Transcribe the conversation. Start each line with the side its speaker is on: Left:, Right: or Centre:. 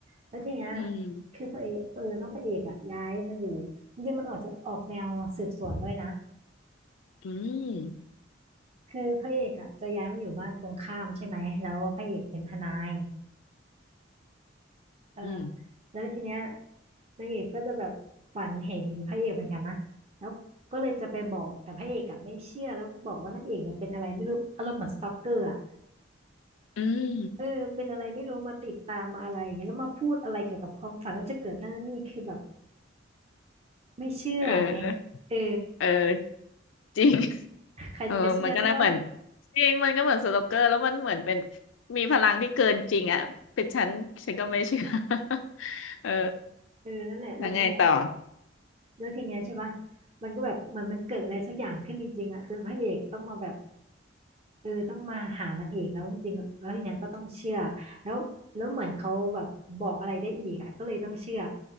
Right: แล้วทีเนี้ย
Left: อืม
Right: คือพระเอกเออน้องพระเอกอ่ะย้ายมาอยู่จริงๆมันออกจะออกแนวสืบสวนด้วยนะ
Left: อืม
Right: คือพระเอกอ่ะจะย้ายมาอยู่บ้านตรงข้ามใช่ไหมแล้วพระเอกเป็นทนายเออ
Left: อืม
Right: แล้วทีเนี้ยนางเอกก็จะแบบฝันเห็นพระเอกเหมือนกันนะแล้วก็เลยจะไปบอกแต่พระเอกอ่ะไม่เชื่อ แล้วบอกว่านางเอกเนี่ยเป็นอะไรไม่รู้อารมณ์เหมือนสตอกเกอร์อ่ะ
Left: อืม
Right: เออเป็นอะไรไม่รู้มาติดตามมาอะไรอย่างเงี้ยแล้วมาพูดอะไรเกี่ยวกับความฝันว่าจะเกิดนั่นนี่คือแบบไม่เชื่อไง
Left: เออ
Right: เออ
Left: เออจริง <laughs>
Right: ใครจะไปเชื่อใช่ปะ
Left: เออมันก็น่าเหมือนจริงมันก็เหมือนสโลกเกอร์แล้วมันเหมือนเป็นมีพลังที่เกินจริงอ่ะเป็นฉันฉันก็ไม่เชื่อ <laughs> เออ
Right: เออนั่นแหละแล้วทีเนี้ย
Left: แล้วไงต่อ
Right: แล้วทีเนี้ยใช่ปะมันก็แบบเหมือนมันเกิดอะไรสักอย่างขึ้นจริงๆอ่ะจนพระเอกต้องมาแบบ เออต้องมาหานางเอกแล้วจริงๆแล้วทีเนี้ยก็ต้องเชื่อแล้วแล้วเหมือนเขาแบบบอกอะไรได้อีกอ่ะก็เลยต้องเชื่อ